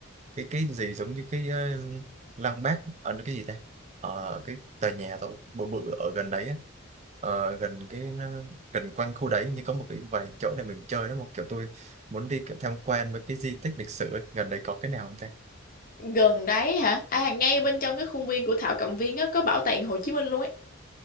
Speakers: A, on the right; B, on the left.
A: cái cái gì giống như cái ờ, lăng Bác ở nó cái gì ta? Ờ, cái tòa nhà tao bự bự ở gần đấy á. Ờ, gần cái ờ, gần quanh khu đấy như có một cái vài chỗ để mình chơi đó một kiểu tôi muốn đi kiểu tham quan với cái di tích lịch sử ấy. Gần đấy có cái nào không ta?
B: gần đấy hả à ngay bên trong cái khuôn viên của Thảo Cầm Viên á có bảo tàng Hồ Chí Minh luôn ấy